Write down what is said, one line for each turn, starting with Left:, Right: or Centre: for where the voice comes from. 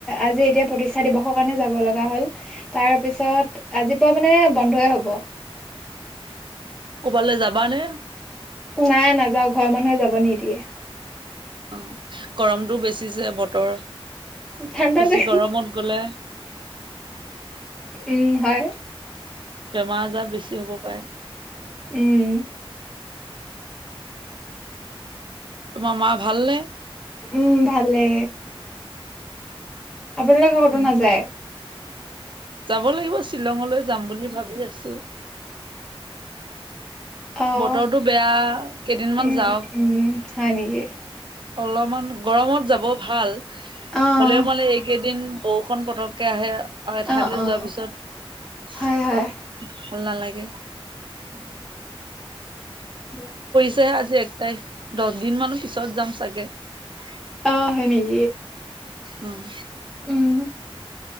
Centre: আজি এতিয়া প্ৰতিষ্ঠা দিৱসৰ কাৰণে যাব লগা হ'ল তাৰপিছত আজিৰপা মানে বন্ধই হ'ব।
Right: কৰ'বালৈ যাবানে?
Centre: নাই নাযাওঁ ঘৰৰ মানুহে যাব নিদিয়ে।
Right: অ গৰমটো বেছি যে বতৰ
Centre: ঠাণ্ডা
Right: বেছি
Centre: যে
Right: গৰমত গ'লে
Centre: উম হয়।
Right: বেমাৰ-আজাৰ বেছি হ'ব পাৰে।
Centre: উম!
Right: তোমাৰ মাৰ ভাল নে?
Centre: উম ভালে। আপোনালোকে কতো
Right: উম
Centre: নাযায়?
Right: যাব লাগিব শ্বিলঙলৈ যাম বুলি ভাবি আছো।
Centre: অ'
Right: বতৰটো বেয়া কেইদিনমান
Centre: উম
Right: যাওক
Centre: উম উম হয় নেকি
Right: অলপমান গৰমত যাব ভাল।
Centre: অ'
Right: হ'লেও মানে এইকেইদিন বৰষুন পতককে আহে আৰু এঠাইলৈ
Centre: অ' অ'
Right: যোৱাৰ পিছত
Centre: হয় হয়
Right: ভাল নালাগে।
Centre: দে
Right: হে আজি এক তাৰিখ দহদিনমানৰ পিছত যাম চাগে <unintelligible>
Centre: আহ হয় নেকি?
Right: উম!
Centre: উম